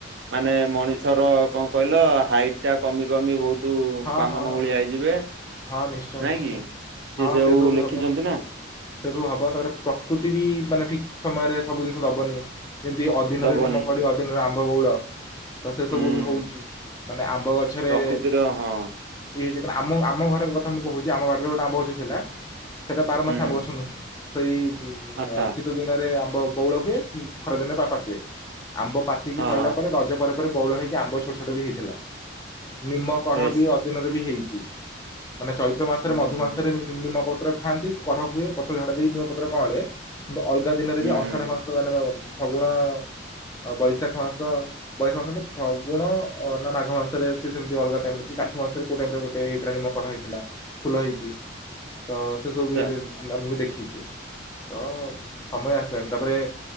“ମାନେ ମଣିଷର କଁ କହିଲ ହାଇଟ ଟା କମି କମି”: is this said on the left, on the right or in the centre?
Right